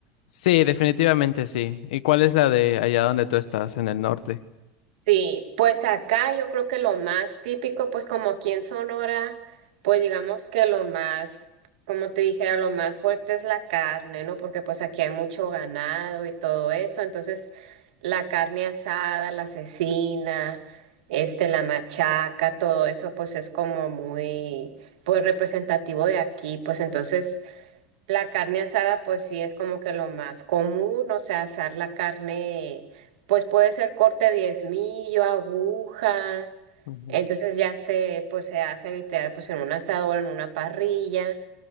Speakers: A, on the left; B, on the right.
A: Sí, definitivamente sí. ¿Y cuál es la de allá donde tú estás, en el norte?
B: Sí, pues acá yo creo que lo más típico, pues como aquí en Sonora, pues digamos que lo más, como te dijera, lo más fuerte es la carne, ¿no? Porque pues aquí hay mucho ganado y todo eso, entonces la carne asada, la cecina, este, la machaca, todo eso pues es como muy, pues representativo de aquí, pues entonces... La carne asada, pues sí es como que lo más común, o sea, asar la carne, pues puede ser corte diezmillo, aguja,
A: Ujú,
B: entonces ya se, pues se hace literal, pues en un asador, en una parrilla,